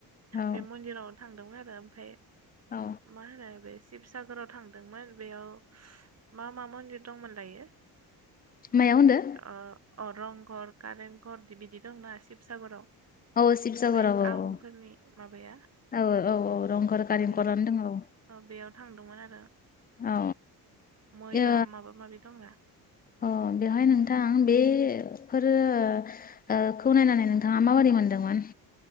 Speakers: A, on the left; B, on the right.
A: औ
B: बे मन्दिराव थांदोंमोन आरो आमफाय
A: औ
B: मा होनो बे सि शिबसागराव थांदोंमोन बेयाव मा मा मन्दिर दंमोन लायो?
A: मायाव होनदो?
B: अ अ रंघर कारेंघर दि बिदि दंना शिबसागराव।
A: औ शिबसागराव
B: बे
A: औ
B: आहमफोरनि माबाया
A: औ औ औ रंघर कारेंघरानो
B: ओ बे अ
A: दङ औ
B: बेयाव थांदोंमोन आरो।
A: औ।
B: मैदाम
A: ओ
B: माबा माबि दंना।
A: अ बेवहाय नोंथां बेफोरो ओ खौ नायनानै नोंथाङा माबोरै मोनदोंमोन?